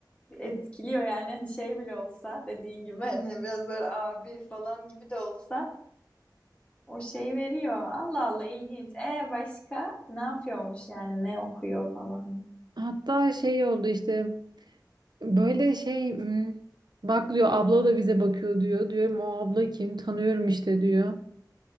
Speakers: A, on the left; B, on the right.
A: Etkiliyor yani hani şey bile olsa dediğin gibi hani biraz böyle abi falan gibi de olsa o şey veriyor. Allah Allah ilginç. E başka ne yapıyormuş yani ne okuyor falan.
B: <laughs> Hatta şey oldu işte böyle şey hmm, bak diyor abla da bize bakıyor diyor. Diyorum o abla kim tanıyorum işte diyor.